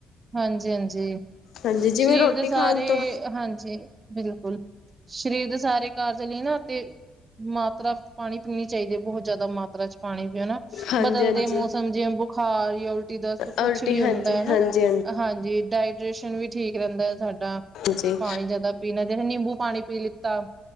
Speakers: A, on the right; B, on the left.
A: ਹਾਂਜੀ-ਹਾਂਜੀ
B: ਹਾਂਜੀ
A: ਸਰੀਰ
B: ਜਿਵੇਂ ਰੋਟੀ
A: ਦੇ ਸਾਰੇ
B: ਖਾਣ ਤੋਂ
A: ਹਾਂਜੀ। ਜੀ ਬਿਲਕੁਲ ਸਰੀਰ ਦੇ ਸਾਰੇ ਕਾਰਜ ਲਈ ਨਾ ਤੇ ਮਾਤਰਾ ਪਾਨੀ ਪੀਨੀ ਚਾਈਦੀ ਏ ਬਹੁਤ ਜਾਦਾ ਮਾਤ ਰਾ ਚ ਪਾਨੀ ਪੀਓ ਨਾ,
B: ਹਾਂਜੀ
A: ਬਦਲਦੇ
B: ਹਾਂਜੀ
A: ਮੌਸਮ ਜਿਵੇਂ ਬੁਖਾਰ ਯਾਂ ਉਲਟੀ ਦਸਤ ਕੁਛ
B: ਉਲਟੀ
A: ਵੀ
B: ਹਾਂਜੀ
A: ਹੁੰਦੈ ਨਾ
B: ਹਾਂਜੀ
A: ਹਾਂਜੀ। ਜੀ ਡਾਇਡ੍ਰੇਸ਼ਨ ਵੀ ਠੀਕ ਰੇਂਦਾ ਸਾਡਾ,
B: ਹਾਂਜੀ
A: ਪਾਨੀ ਜਾਦਾ ਪੀਨ ਜਿਵੇਂ ਨਿੰਬੂ ਪਾਨੀ ਪੀ ਲ। ਤਾ